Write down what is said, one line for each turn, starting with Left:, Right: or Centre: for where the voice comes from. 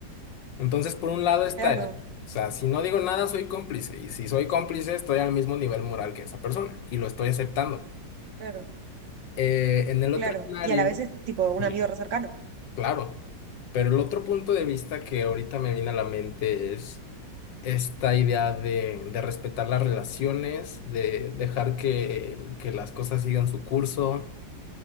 Left: Entonces, por un lado está
Right: Claro,
Left: eso. O sea, si no digo nada, soy cómplice. Y si soy cómplice, estoy al mismo nivel moral que esa persona. Y lo estoy aceptando.
Right: claro,
Left: Eh, en el
Right: claro.
Left: otro escenario,
Right: Y a la vez es tipo un
Left: sí,
Right: amigo re cercano.
Left: claro, pero el otro punto de vista que ahorita me viene a la mente es esta idea de, de respetar las relaciones, de dejar que, que las cosas sigan su curso,